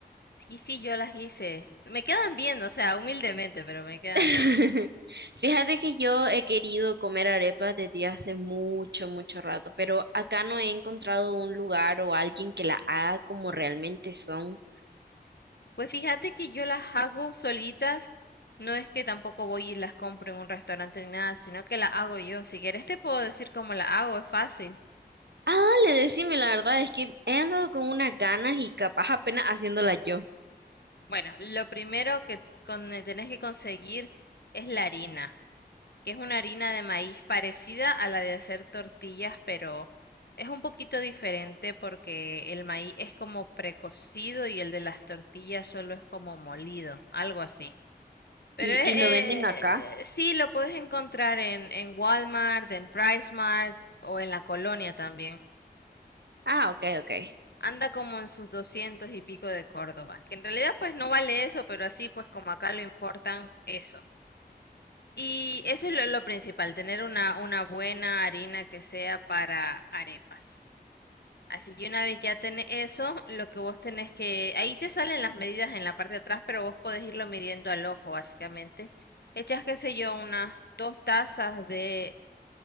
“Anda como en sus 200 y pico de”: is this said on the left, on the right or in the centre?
Left